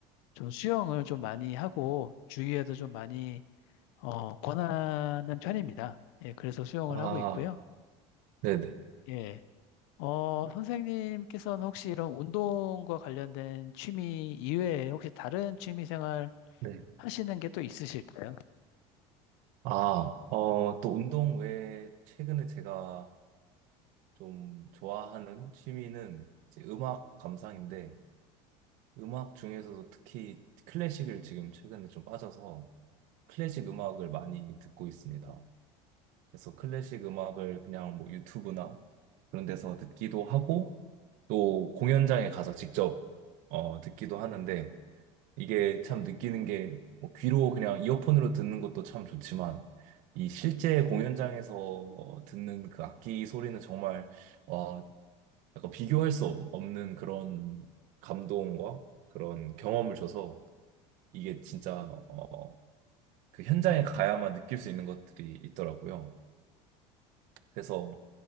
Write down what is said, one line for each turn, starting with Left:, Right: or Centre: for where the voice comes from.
Left: 좀 수영을 좀 많이 하고 주위에도 좀 많이 어, 권하는 편입니다. 예, 그래서 수영을
Right: 아,
Left: 하고 있고요.
Right: 네, 네.
Left: 예. 어, 선생님께서는 혹시 이런 운동과 관련된 취미 이외에 혹시 다른 취미 생활
Right: 네.
Left: 하시는 게 또 있으실까요?
Right: 아, 어, 또 운동 외에 최근에 제가 좀 좋아하는 취미는 이제 음악 감상인데 음악 중에서도 특히 클래식을 지금 최근에 좀 빠져서 클래식 음악을 많이 듣고 있습니다. 그래서 클래식 음악을 그냥 뭐 유튜브나 그런 데서 듣기도 하고 또 공연장에 가서 직접 어, 듣기도 하는데 이게 참 느끼는 게뭐 귀로 그냥 이어폰으로 듣는 것도 참 좋지만 이 실제 공연장에서 어, 듣는 그 악기 소리는 정말 와, 약간 비교할 수 없- 없는 그런 감동과 그런 경험을 줘서 이게 진짜 어, 그 현장에 가야만 느낄 수 있는 것들이 있더라고요. 그래서